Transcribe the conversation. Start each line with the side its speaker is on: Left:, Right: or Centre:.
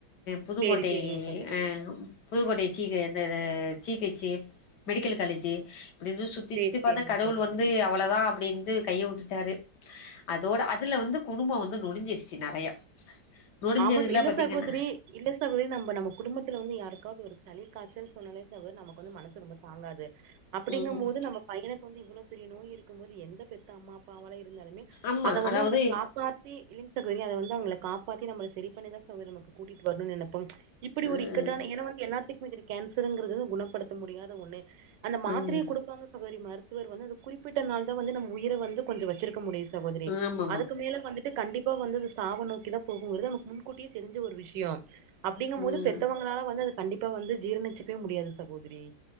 Left: புதுக்கோட்டை
Right: சேரி சேரிங்க சகோதரி
Left: ஹன் புதுக்கோட்டை சி பி என்னது சி கச்சி மெடிக்கல் காலேஜு அப்படினு சுத்தி
Right: சேரி
Left: சுத்தி பாத்தன்
Right: சேரிங்க
Left: கடவுள்
Right: சகோதரி
Left: வந்து அவ்ளோதான் அப்பின்னு கைய வுட்டுட்டாரு அதோட அதுல வந்து குடும்பம் வந்து நொடிஞ்சிருச்சு நெறைய நொடிஞ்சதுல
Right: ஆமா இல்ல
Left: பாத்தீங்கன்னா
Right: சகோதிரி இல்ல சகோதிரி நம்ம நம்ம குடும்பத்துல வந்து யாருக்காவது ஒரு சளி காச்சல் சொன்னாலே சகோ நமக்கு வந்து மனசு ரொம்ப தாங்காது அப்படிங்கும்
Left: ம்
Right: போது நம்ம பையனுக்கு வந்து இவ்வளவு பெரிய நோய் இருக்கும்போது எந்த பெத்த அம்மா அப்பவாளயும் இருந்தாலுமே
Left: ஆமா
Right: அத வந்து
Left: அதாவது
Right: அவங்க காப்பாத்தி இல்லைங்க சகோதிரி அத வந்து காப் பாத்தி நம்ம சரி பண்ணிதான் சகோதரி நம்ம கூட்டிட்டு வரணும் நினப்போம் இப்படி
Left: ம்
Right: ஒரு இக்கட்டான எனா வந்து எல்லாத்துக் கேன்சர்ங்கிறது குணப்படுத்த முடியாத ஒண்ணு அந்த மாத்திரையை
Left: ம்
Right: குடுப்பாங்க சகோதரி ம மருத்துவர் வந்து அது குறிப்பிட்ட நாள் தான் வந்து நம் உயிரை வந்து கொஞ்சம் வச்சிருக்க முடியும் சி சகோதரி
Left: ஆமாமா
Right: அதுக்கு மேல வந்துட்டு கண்டிப்பா வந்து வி சாவு நோக்கிதா போகும் வருது நமக்கு முன்கூட்டியே தெரிஞ்ச ஒரு விஷயம் அப்படிங்கும்
Left: ம்
Right: போது பெத்தவங்களால வந்து அதுக்கு கண்டிப்பா வந்து ஜீரணிச்சுக்கவே முடியாது சகோதரி